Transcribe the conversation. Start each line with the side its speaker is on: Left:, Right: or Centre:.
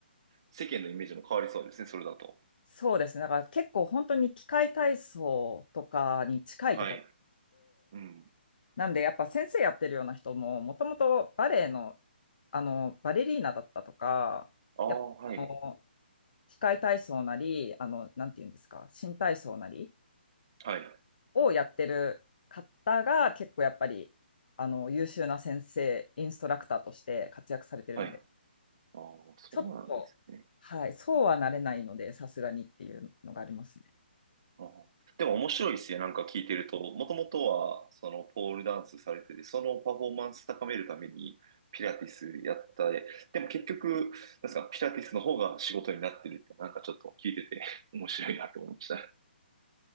Right: 世間のイメージも変わりそうですね。それだと。
Left: そうですね。だから結構本当に器械体操とかに近いところ
Right: はい。うん。
Left: なんでやっぱ先生やってるような人も、もともとバレエの、あの、バレリーナだったとか、
Right: ああ、
Left: やっぱあの、
Right: はい。
Left: 器械体操なり、あの、なんていうんですか、新体操なり
Right: はい。
Left: をやってる方が結構やっぱり、あの、優秀な先生、インストラクターとして活躍されてるんで、
Right: はい。ああ、そうなんですね。
Left: ちょっと、はい、そうはなれないので、さすがにっていうのがありますね。
Right: あでも面白いですね。なんか聞いてると、もともとは、その、ポールダンスされてて、そのパフォーマンス高めるために、ピラティスやったで、でも結局、なんですか、ピラティスの方が仕事になってるって、なんかちょっと聞いてて <laughs>、面白いなと思いました。